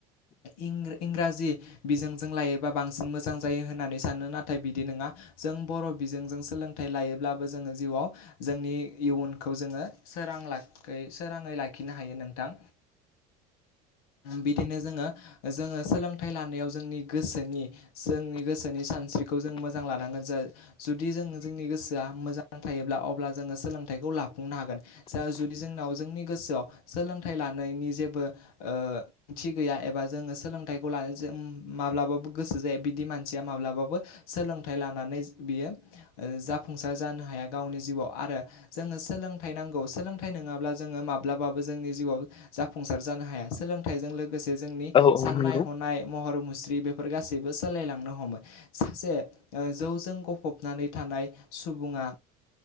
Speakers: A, on the left; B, on the left.
A: इं इंराजि बिजोंजों लायोबा बांसिन मोजां जायो होननानै सानो नाथाय बिदि नङा जों बर' बिजोंजों सोलोंथाइ लायोब्लाबो जोङो जिउआव जोंनि इयुनखौ जोङो सोरां लाख सोराङै लाखिनो हायो नोंथां बिदिनो जोङो जोङो सोलोंथाइ लानायाव जोंनि गोसोनि जोंनि गोसोनि सान स्रिखौ जों मोजां लानांगोन ज जुदि जों जोंनि गोसोआ मोजां थायोब्ला अब्ला जोङो सोलोंथाइखौ लाफुंनो हागोन जुदि जोंनाव जोंनि गोसोआव सोलोंथाइ लानायनि जेबो ओ ओंथि गैया एबा जोङो सोलोंथाइखौ लानाय ज माब्लाबाबो गोसो जायो बिदि मानसिया माब्लाबाबो सोलोंथाइ लानानै बियो जाफुंसार जानो हाया गावनि जिउआव आरो जोङो सोलोंथाइ नांगौ सोलोंथाइ नङाब्ला जोङो माब्लाबाबो जोंनि जिउआव जाफुंसार जानो हाया सोलोंथाइजों लोगोसे जोंनि
B: औ औ
A: साननाय
B: नंगौ
A: हनाय महर मुस्रि बे फोर गासैबो सोलायलांनो हमो सासे जौजों गफबनानै थानाय सुबुंआ